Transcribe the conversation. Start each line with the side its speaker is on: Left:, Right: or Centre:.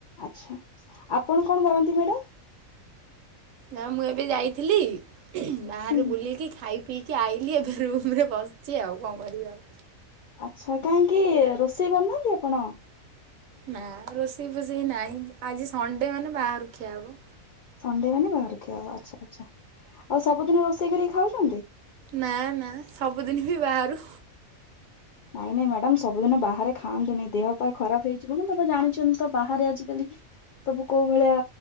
Left: ଆଚ୍ଛା ଆପଣ କଣ କରନ୍ତି ମ୍ୟାଡ଼ାମ?
Right: ନା ମୁଁ ଏବେ ଯାଇଥିଲି ବାହାରେ
Left: ହୁଁ
Right: ବୁଲିକି ଖାଇ ପିଇକି ଆଇଲି ଏବେ ରୁମ ରେ ବସିଛି ଆଉ କଣ କରିବି ଆଉ।
Left: ଆଚ୍ଛା କାହିଁକି ରୋଷେଇ କରୁନାହାନ୍ତି ଆପଣ?
Right: ନା ରୋଷେଇ ଫୋଷେଇ ନାହିଁ ଆଜି ସଣ୍ଡେ ମାନେ ବାହାରୁ ଖିଆହବ।
Left: ସଣ୍ଡେ ମାନେ ବାହାର ଖିଆ ହବ ଆଚ୍ଛା ଆଚ୍ଛା ଆଉ ସବୁଦିନ ରୋଷେଇ କରିକି ଖାଉଛନ୍ତି?
Right: ନା ନା ସବୁଦିନ ବି ବାହାରୁ
Left: ନାଇଁ ନାଇଁ ମ୍ୟାଡାମ ସବୁଦିନ ବାହାରେ ଖାଆନ୍ତୁନି ଦେହ ଖରାପ ହେଇଯିବ ନା ତପା ଜାଣିଛନ୍ତି ତ ବାହାରେ ଆଜିକାଲି ସବୁ କୋଉ ଭଳିଆ